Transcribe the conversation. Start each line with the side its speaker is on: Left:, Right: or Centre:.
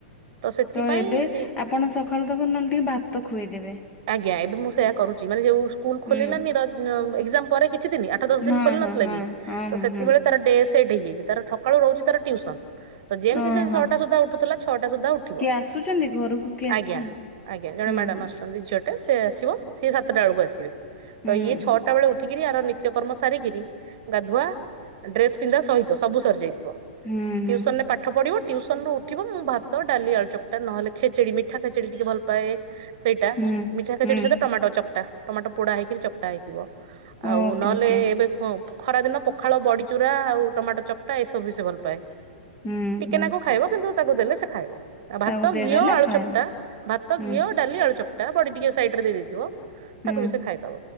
Right: ସେଥିପାଇଁ
Left: ତ ଏବେ
Right: ସି
Left: ଆପଣ ସକାଳୁ ତାକୁ ନହେଲେ ଟିକେ ଭାତ ଖୁଆଇଦେବେ।
Right: ଆଜ୍ଞା ଏବେ ମୁଁ ସେୟା କରୁଛି ମାନେ ଯୋଉ ସ୍କୁଲ
Left: ହୁଁ
Right: ଖୋଲିଲାନି ର ଏକ୍ସାମ୍ ପରେ କିଛିଦିନି ଆଠ ଦଶ
Left: ହଁ
Right: ଦିନି ଖୋଲି
Left: ହଁ
Right: ନଥିଲା
Left: ହଁ।
Right: କି?
Left: ହଁ
Right: ତ
Left: ହୁଁ
Right: ସେତିକି
Left: ହୁଁ
Right: ବେଳେ ତାର ଡେଶ୍ ସେଟ୍ ହେଇଯାଇଛି ତାର ସକାଳୁ ରହୁଛି ତାର ଟିୟୁସନ। ତ ଯେମିତି
Left: ଓହୋ
Right: ସେ ଛଅଟା ସୁଦ୍ଧା ଉଠୁଥିଲା ଛଅଟା ସୁଦ୍ଧା ଉଠିବ।
Left: କିଏ ଆସୁଛନ୍ତି ଘରକୁ କିଏ
Right: ଆଜ୍ଞା,
Left: ଆସୁଛନ୍ତି
Right: ଆଜ୍ଞା ଜଣେ
Left: ହୁଁ ହୁଁ
Right: ମ୍ୟାଡାମ ଆସୁଛ ଝିଅଟେ ସେ ଆସିବ ସିଏ ସାତଟା ବେଳକୁ ଆସିବେ ତ
Left: ହୁଁ
Right: ଇଏ ଛଅଟା
Left: ହୁଁ।
Right: ବେଳେ ଉ ଉଠିକିରି ଆର ନିତ୍ୟକର୍ମ ସାରିକିରି ଗାଧୁଆ ଡ୍ରେସ ପିନ୍ଧା ସହିତ ସବୁ ସରିଯାଇଥିବ।
Left: ହୁଁ ହୁଁ
Right: ଟିୟୁସନ୍ ରେ ପା ଠ ପଢିବ ଟିୟୁସନ୍ ରୁ ଉଠିବ ମୁଁ ଭାତ ଡାଲି ଆଳୁ ଚକଟା ନହେଲେ ଖେଚେଡି ମିଠା ଖେଚେଡି ଟିକେ ଭଲ ପାଏ। ସେଇଟା
Left: ହୁଁ
Right: ମିଠା ଖେଚେଡି
Left: ହୁଁ
Right: ସହିତ ଟମାଟୋ ଚକ୍ଟା ଟମାଟୋ ପୋଡ଼ା ହେଇକିରି ଚକ୍ଟା ହେଇଥିବ। ଆଉ
Left: ଓକେ
Right: ନହେଲେ
Left: ଓକେ
Right: ଏବେ ଖରା ଦିନ ପଖାଳ ବଡିଚୁରା ଆଉ ଟମାଟୋ ଚ କ୍ଟା ଏସବୁ ବି ସେ ଭଲ ପାଏ
Left: ହୁଁ
Right: ଟିକେନାକୁ
Left: ହୁଁ
Right: ଖାଇବ କିନ୍ତୁ ତାକୁ ଦେଲେ ସେ ଖାଇବ। ଆଉ ଭାତ
Left: ତାକୁ ଦେଇଦେଲେ
Right: ଘିଅ ଆଳୁ
Left: ଖାଇବ
Right: ଚକ୍ଟା ଭାତ
Left: ହୁଁ
Right: ଘିଅ ଡାଲି ଆଳୁ ଚକ୍ଟା ବଡି ଟିକେ ସାଇଡ ରେ ଦେଇଦେଇଥିବ
Left: ହୁଁ
Right: ତାକୁ ବି ସେ ଖାଇଦବ,